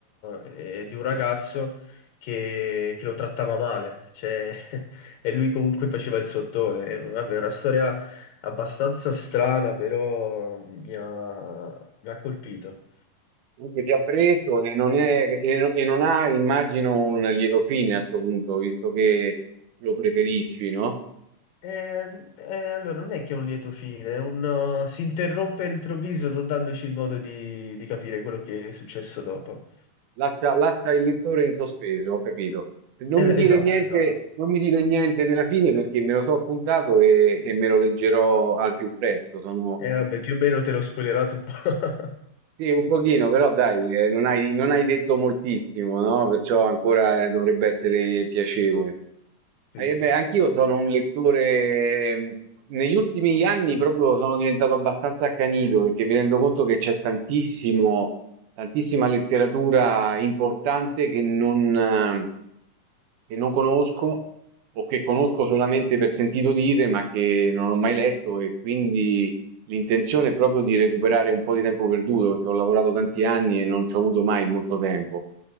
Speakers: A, on the left; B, on the right.
A: eh, eh, di un ragazzo che, che lo trattava male. Cioè, <laughs> e lui comunque faceva il sottone. Eh, Vabbè, è una storia abbastanza strana, però mi ha mi ha colpito.
B: comunque ti ha preso e non, è, e, e non ha, immagino, un lieto fine a sto punto, visto che lo preferisci, no?
A: Eh, eh, allora non è che è un lieto fine, è un, uh, si interrompe all'improvviso non dandoci il modo di, di capire quello che è successo dopo.
B: Lascia, lascia il lettore in sospeso, ho capito. Non
A: Eh,
B: mi dire
A: esatto,
B: niente,
A: esatto.
B: non mi dire niente della fine perché me lo so appuntato e, e me lo leggerò al più presto. Sono,
A: E vabbè, più o meno te l'ho spoilerato un po'.
B: sì, un pochino, però dai, eh, non hai, non hai detto moltissimo, no? Perciò ancora
A: <laughs>
B: eh, dovrebbe essere piacevole.
A: Sì,
B: Eh,
A: sì.
B: beh,
A: sì.
B: anch'io sono un lettore, ehm, negli ultimi anni proprio sono diventato abbastanza accanito perché mi rendo conto che c'è tantissimo tantissima letteratura importante che non, eh, che non conosco o che conosco solamente per sentito dire, ma che non ho mai letto e quindi l'intenzione è proprio di recuperare un po' di tempo perduto, perché ho lavorato tanti anni e non ci ho avuto mai molto tempo.